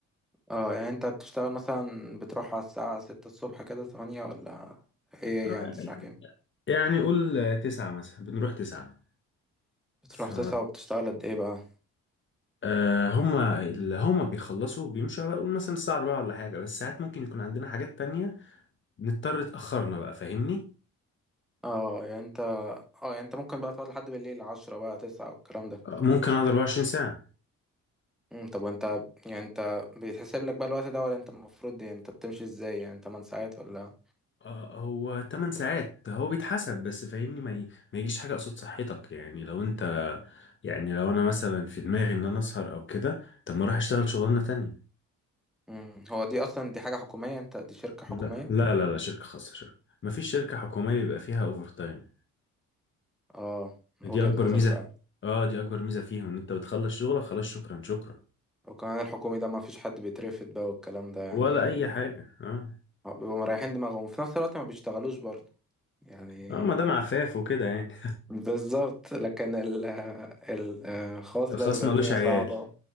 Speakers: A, in the centre; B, on the left.
A: اه يعني انت بتشتغل مثلا بتروح على الساعه 6 الصبح كده 8 ولا ايه
B: آه.
A: يعني الساعه كام
B: يعني قول آه، تسعة مثلا بنروح تسعة
A: بتروح
B: ف
A: 9 وبتشتغل قد ايه بقى
B: آه، هما اللي هما بيخلصوا بيمشوا على قول مثلا الساعة أربعة ولا حاجة بس ساعات ممكن يكون عندنا حاجات تانية نضطر اتأخرنا بقى فاهمني
A: اه يعني انت اه يعني انت ممكن بقى تقعد لحد بالليل 10 بقى 9 والكلام ده
B: آه، ممكن أقعد 24 ساعة
A: امم طب وانت يعني انت بيتحسب لك بقى الوقت ده ولا انت المفروض يعني انت بتمشي ازاي يعني 8 ساعات ولا
B: آه، هو 8 ساعات هو بيتحسب بس فاهمني ما, ي... ما يجيش حاجة قصاد صحتك يعني لو أنت يعني لو أنا مثلا في دماغي إن أنا أسهر أو كده طب ما أروح أشتغل شغلانة تانية
A: امم هو دي اصلا دي حاجة حكومية انت دي شركة حكومية
B: لا لا لا لا شركة خاصة شركة مفيش شركة حكومية بيبقى فيها أوفر تايم
A: اه
B: دي
A: وجهة
B: اكبر
A: نظر
B: ميزه
A: فعلا
B: في... اه دي اكبر ميزه فيهم ان انت بتخلص شغلك خلاص شكرا شكرا
A: وكمان الحكومي ده ما فيش حد بيترفد بقى والكلام ده يعني
B: ولا اي حاجه اه
A: هو بيبقوا مريحين دماغهم وفي نفس الوقت ما بيشتغلوش برضه يعني
B: اه ما دام عفاف وكده يعني
A: بالظبط لكن ال ال- الخاص
B: <laughs> الخاص
A: بقى بيبقى
B: ملوش
A: الدنيا
B: عيال
A: صعبة